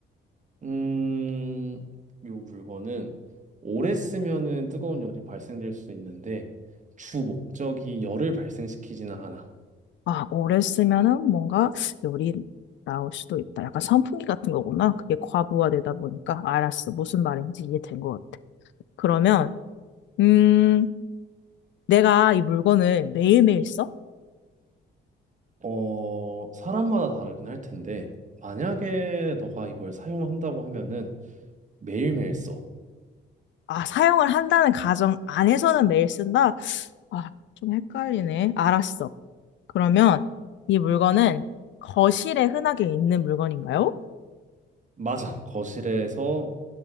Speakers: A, on the right (about 40°); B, on the left (about 70°).
A: 음, 요 물건은 오래 쓰면은 뜨거운 열이 발생될 수 있는데, 주 목적이 열을 발생시키지는 않아.
B: 아, 오래 쓰면은 뭔가 열이 나올 수도 있다. 약간 선풍기 같은 거구나. 그게 과부하되다 보니까. 알았어. 무슨 말인지 이해된 것 같아. 그러면, 음, 내가 이 물건을 매일매일 써?
A: 어, 사람마다 다르긴 할 텐데, 만약에 너가 이걸 사용한다고 하면은 매일매일 써.
B: 아, 사용을 한다는 가정 안에서는 매일 쓴다? 아, 좀 헷갈리네. 알았어. 그러면 이 물건은 거실에 흔하게 있는 물건인가요?
A: 맞아. 거실에서